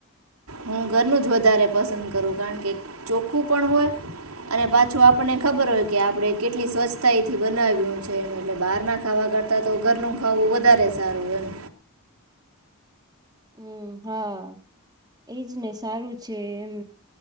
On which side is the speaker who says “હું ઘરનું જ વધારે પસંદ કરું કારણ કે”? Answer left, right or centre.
Right